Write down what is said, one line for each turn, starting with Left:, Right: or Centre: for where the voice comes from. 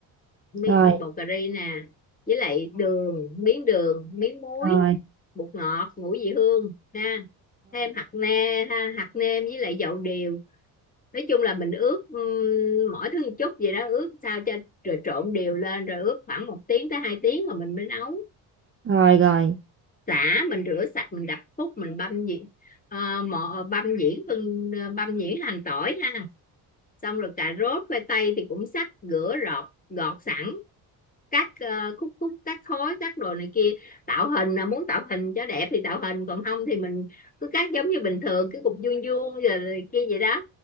Left: mi-
Right: rồi, rồi,
Left: bột cà ri nè với lại đường miếng đường miếng muối
Right: rồi,
Left: bột ngọt ngũ vị hương ha thêm hạt nêm ha hạt nêm với lại dầu điều nói chung là mình ướp ừm, mỗi thứ một chút vậy đó ướp sao cho rồi trộn đều lên rồi ướp khoảng một tiếng tới hai tiếng rồi mình mới nấu
Right: rồi, rồi.
Left: xả mình rửa sạch mình đập khúc mình băm nhuyễn ờ, mọ- băm nhuyễn phân ờ, băm nhuyễn hành tỏi ha xong rồi cà rốt khoai tây thì cũng sắc rửa rọt gọt sẵn cắt ờ, khúc khúc cắt khối cắt đồ này kia tạo hình là muốn tạo hình cho đẹp thì tạo hình còn không thì mình cứ cắt giống như bình thường cái cục vuông vuông rồi kia vậy đó